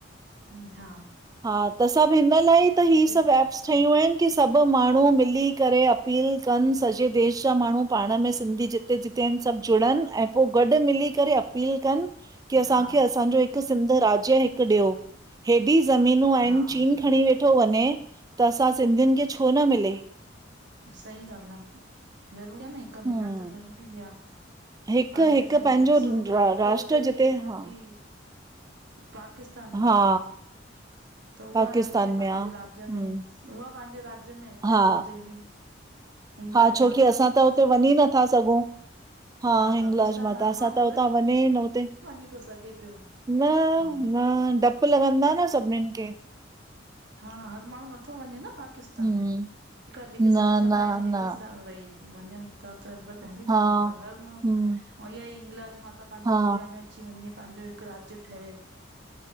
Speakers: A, on the right; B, on the right.
A: हं हां।
B: हा त सभ हिन लाई त ही
A: थिए
B: सभ एप्स। शयूं आहिन की सभ माण्हू मिली करे अपील। कन सॼे देश जा माण्हू पाण में सिंधी जि। जिते आहिन सभ जुड़न ऐं पो गॾ मिली करे अपील कन की असांखे
A: हा
B: असांजो। सिंध राज्य हिक ॾियो हेॾी ज़मीनूं आहिन
A: हा
B: चीन
A: हिकु
B: खणी वेठो। ठो वञे त असां सिंधियुन खे छो न मिले।
A: सही ॻाल्ह आ ज़रूरी आ न हिक मिलण
B: हम
A: त ज़रूरी आ।
B: हिकु
A: पाहिंजी
B: हिकु
A: असांजी
B: पंहिंजो
A: ॾिसो प
B: रा राष्ट्र
A: कुलदेवी
B: जिते
A: असांजी।
B: हा
A: पाकिस्तान में
B: हा
A: आ। त उहा
B: पाकिस्तान
A: अचे पंहिंजे
B: में आ हम
A: राज्य में उहा पंहिंजे राज्य में अचे
B: हा
A: कुलदेवी। हिंगलाज
B: हा छोकी
A: माता
B: असां त हुते वञी नथा सघूं हा हिंगलाज
A: पाकिस्तान
B: माता
A: हर
B: असां
A: माण्हू
B: त
A: थोरी
B: हुतां। मनाइत हुते।
A: वञी थो सघे पियो
B: न,
A: हा
B: न डप। डप लॻन्दा न सभनीन खे।
A: हा हर माण्हू नथो वञे न पाकिस्तान
B: हम्म
A: ठीक आ जेके
B: न
A: सक्षम
B: न
A: आहिन जेके
B: न
A: सा भई। वञन था त हली था
B: हा
A: वञन पर हर माण्हू
B: हम्म
A: औ इहा ई इंगलाज माता पंहिंजी
B: हा
A: इंडिया में। अची वञे पंहिंजो हिकु राज्य ठहे।